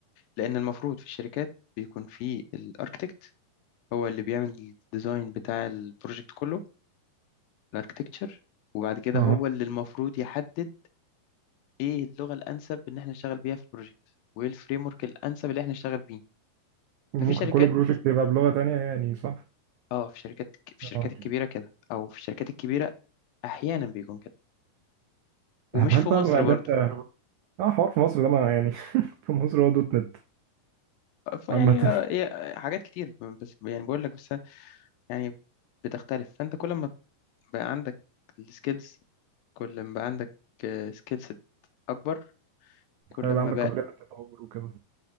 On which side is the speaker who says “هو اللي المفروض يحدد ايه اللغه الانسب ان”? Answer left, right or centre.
Left